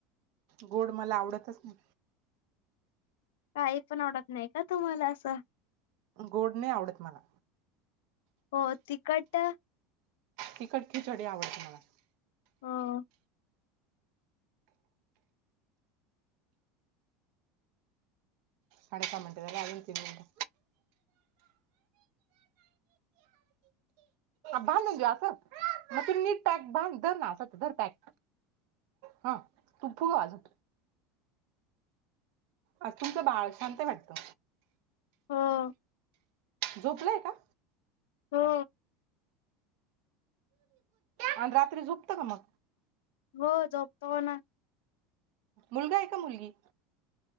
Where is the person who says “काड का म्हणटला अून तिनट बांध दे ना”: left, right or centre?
Right